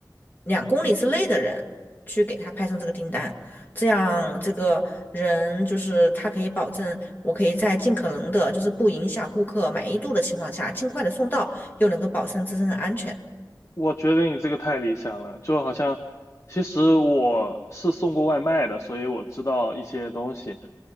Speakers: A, on the left (about 25°); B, on the left (about 40°).
A: 两公里之内的人去给他派送这个订单，这样这个人就是他可以保证我可以在尽可能的，就是不影响顾客满意度的情况下，尽快的送到，又能够保证自身的安全。
B: 我觉得你这个太理想了，就好像其实我是送过外卖的，所以我知道一些东西。